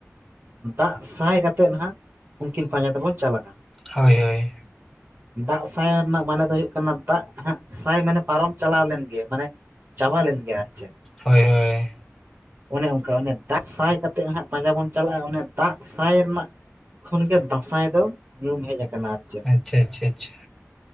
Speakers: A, on the right; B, in the centre.
A: ᱫᱟᱜ ᱥᱟᱭ ᱠᱟᱛᱮᱫ ᱦᱟᱜ ᱩᱱᱠᱤᱱ ᱯᱟᱸᱡᱟ ᱫᱚᱵᱚᱱ ᱪᱟᱞᱟᱜ-ᱟ
B: ᱦᱳᱭ ᱦᱳᱭ
A: ᱫᱟᱜ ᱥᱟᱭ ᱨᱮᱱᱟᱜ ᱢᱟᱱᱮ ᱫᱚ ᱦᱩᱭᱩᱜ ᱠᱟᱱᱟ ᱫᱟᱜ ᱦᱟᱜ ᱥᱟᱭ ᱢᱟᱱᱮ ᱯᱟᱨᱚᱢ ᱪᱟᱞᱟᱣ ᱞᱮᱱ ᱜᱮ ᱢᱟᱱᱮ ᱪᱟᱵᱟ ᱞᱮᱱ ᱜᱮ ᱟᱨ ᱪᱮᱫ
B: ᱦᱳᱭ ᱦᱳᱭ
A: ᱚᱱᱮ ᱚᱝᱠᱟ ᱚᱱᱮ ᱫᱟᱜ ᱥᱟᱭ ᱠᱟᱛᱮᱫ ᱦᱟᱸᱜ ᱯᱟᱸᱡᱟ ᱵᱚᱱ ᱪᱟᱞᱟᱜ-ᱟ ᱚᱱᱮ ᱫᱟᱜ ᱥᱟᱭ ᱨᱮᱱᱟᱜ ᱠᱷᱚᱱ ᱜᱮ ᱫᱟᱸᱥᱟᱭ ᱫᱚ ᱧᱩᱢ ᱦᱮᱡ ᱟᱠᱟᱱᱟ ᱟᱨ ᱠᱤ
B: ᱟᱪᱪᱷᱟ ᱟᱪᱪᱷᱟ ᱟᱪᱪᱷᱟ